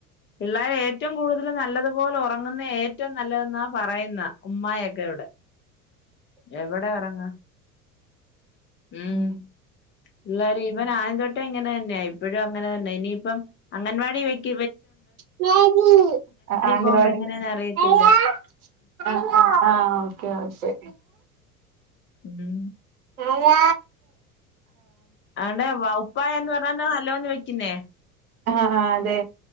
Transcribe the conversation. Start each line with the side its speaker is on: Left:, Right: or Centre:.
Left: പിള്ളേര് ഏറ്റവും കൂടുതല് നല്ലതുപോലെ ഉറങ്ങുന്നെ ഏറ്റവും നല്ലതെന്നാ പറയുന്ന. ഉമ്മായൊക്കെ ഇവിടെ. എവിടെ ഉറങ്ങ.
Right: ആഹ്
Left: ഉം.
Right: ആഹ്
Left: എല്ലാരും. ഇവൻ ആയൻ തൊട്ടേ ഇങ്ങനെ തന്നെ. ഇപ്പോഴും അങ്ങനെ തന്നെ. ഇനിയിപ്പം അംഗൻവാടി വെക്ക
Right: <unintelligible> ആ ആംഗലവാടീല്.
Left: പോകുമ്പോ എങ്ങനെയാന്ന് അറിയത്തില്ല
Right: ആഹ്. Okay okay.
Left: ഉം
Right: ഹലോ
Left: അതോണ്ട് വ ഉപ്പായ എന്ന് പറാ <unintelligible> നോ ഹലോന്ന് വെക്കുന്നേ.
Right: ആഹ് ആ അതെ.